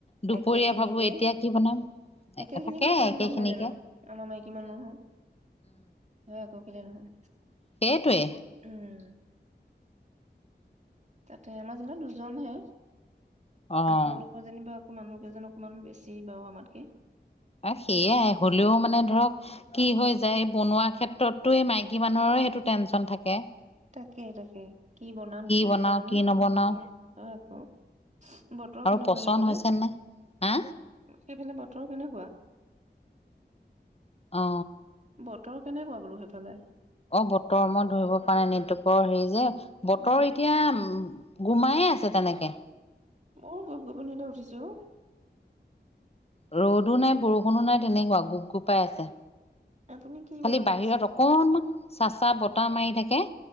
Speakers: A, on the left; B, on the right.
A: দুপৰীয়া
B: একে খিনিকে
A: ভাবো এতিয়া কি বনাম
B: একে খিনিকে
A: থাকে
B: কাম
A: একেইখিনিকে।
B: জানো আমাৰ মাইকী নহয় হয় আকৌ কেলে নহয়।
A: সেইটোৱে।
B: উম তাতে আমাৰ যেনিবা দুজনহে।
A: অ
B: আপোনলোকৰ যেনিবা মানুহকেইজন অকমান বেছি বাৰু আমাতকে,
A: অ' সেয়াই হলেও মানে ধৰক কি হৈ যায়, এই বনোৱা ক্ষেত্ৰততো এই মাইকী মানুহৰে সেইটো টেনচন থাকে।
B: তাকে-তাকে কি বনাম কি
A: বনাও
B: খাম।
A: কি নবনাও
B: অ' আকৌ বতৰ
A: আৰু
B: কেনেকুৱা
A: পচন্দ
B: সেইফালে
A: হৈছে নাই হা
B: সেইফালে বতৰ কেনে? কেনে কুৱোৱা?
A: অ
B: বতৰ কেনেকুৱা? বোলো সেইফালে?
A: অ' বতৰ মই ধৰিব পৰা নাই নেটৱৰ্কৰ হেৰি যে। বতৰ
B: অ
A: এতিয়া উম, গোমাইে আছে। তেনেকে,
B: মই গোপ-গোপনি এটা উঠিছে ও।
A: ৰ'দো নাই বৰষুণো নাই তেনেকুৱা গোপ-গোপাই আছে।
B: আপুনি কি বনাব
A: খালি বাহিৰত
B: পিছে
A: অকনমান চেঁচা বতাহ হ মাৰি থাকে।